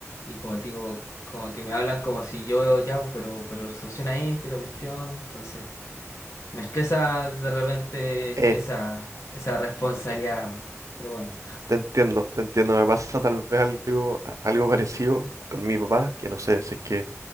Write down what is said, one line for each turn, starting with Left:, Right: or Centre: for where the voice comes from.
Left: Y como te digo, como que me hablan como si yo, ya, pues, pero, pero soluciona esto y la cuestión. Entonces... Me estresa de repente
Right: Eh,
Left: esa, esa responsabilidad, pero bueno.
Right: te entiendo, te entiendo. Me pasa tal vez algo, a- algo parecido con mi papá, que no sé, si es que